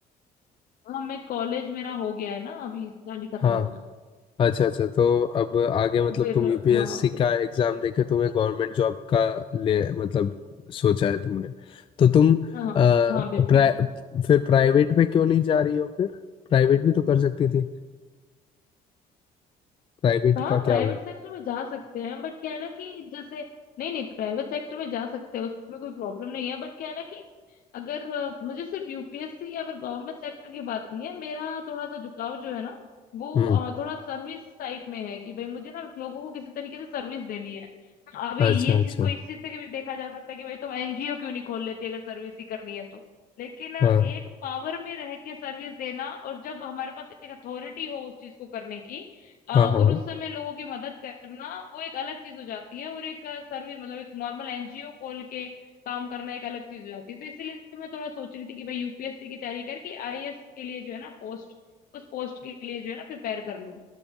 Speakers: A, on the left; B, on the left.
A: हाँ मैं कॉलेज मेरा हो गया है ना अभी इस साल ही खत्म
B: हाँ
A: हुआ है
B: अच्छा अच्छा तो अब आगे मतलब
A: तो फिर
B: तुम यूपीएससी
A: हाँ फिर-
B: का एग्जाम देके तुम्हें गवर्नमेंट जॉब का ले मतलब सोचा है तुमने तो तुम आ,
A: हाँ
B: प्राइ,
A: हाँ बिल्कुल बिल्कुल
B: फिर प्राइवेट में क्यों नहीं जा रही हो फिर प्राइवेट भी तो कर सकती थी प्राइवेट
A: हाँ
B: का
A: प्राइवेट
B: क्या हुआ
A: सेक्टर में जा सकते हैं बट क्या है ना कि जैसे नहीं नहीं प्राइवेट सेक्टर में जा सकते हैं उसमें कोई प्रॉब्लम नहीं है बट क्या है ना कि अगर अ, मुझे सिर्फ यूपीएससी या फिर गवर्नमेंट सेक्टर की बात नहीं है मेरा थोड़ा सा झुकाव जो है ना वो
B: हम्म
A: अ, थोड़ा सर्विस टाइप में है कि भाई मुझे ना लोगों को किसी तरीके से सर्विस देनी है अभी
B: अच्छा
A: ये चीज
B: अच्छा
A: को इस चीज से भी देखा जा सकता है कि भाई तुम एनजीओ क्यों नहीं खोल लेती अगर सर्विस ही करनी है तो लेकिन अ,
B: हाँ
A: एक पावर में रह के सर्विस देना और जब हमारे पास एक अथॉरिटी हो उस चीज को करने की अ,
B: हाँ
A: और
B: हाँ
A: उस समय लोगों की मदद करना वो एक अलग चीज हो जाती है और एक सर्विस मतलब एक नॉर्मल एनजीओ खोल के काम करना एक अलग चीज हो जाती है तो इसीलिए मैं थोड़ा सोच रही थी कि भाई यूपीएससी की तैयारी करके आईएएस के लिए जो है ना पोस्ट उस पोस्ट के लिए जो है ना प्रिपेयर कर लूं